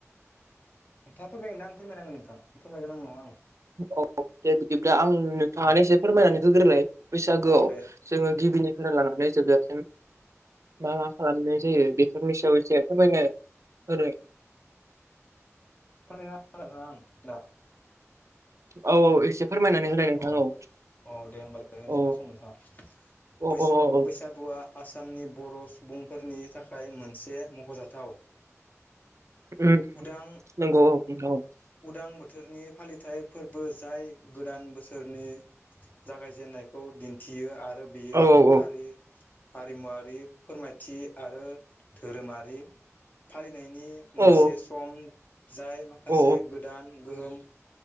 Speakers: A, on the left (about 35°); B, on the right (about 70°).
A: नोंथाङा फोरमायगोनना आं फोरमायनांगो नोंथां <unintelligible>
B: औ दे बिदिब्ला आं नोंथाङानो एसे फोरमायनानै होग्रोलाय बैसागोआव
A: अ दे
B: जोङो गिबिनिखौनो लानानै जोबजासिम मा मा खालामनाय जायो बेफोरनि सायाव एसे फोरमायनो होनो
A: <unintelligible> आं दा
B: औ औ एसे फोरमायनानै होलाय नोंथां
A: अह
B: औ
A: अह दे होमबालाय
B: औ
A: खोनासं नोंथाङा
B: औ
A: बैसाग
B: औ औ
A: बैसागुआ आस आसामनि बर' सुबुंफोरनि थाखाय मोनसे मख'जाथाव
B: ओम
A: उदां
B: नोंगौ औ
A: उदां बोथोरनि फालिथाइ फोरबो जाय गोदान बोथ रनि जागायजेनन्नायखौ दिन्थियो आरो बियो
B: औ औ
A: हारि हारिमुवारि फोरमायथि आरो धोरोमारि फालि फैनायनि मोनसे
B: औ
A: सम जाय माखासे
B: औ
A: गोदान गोहोम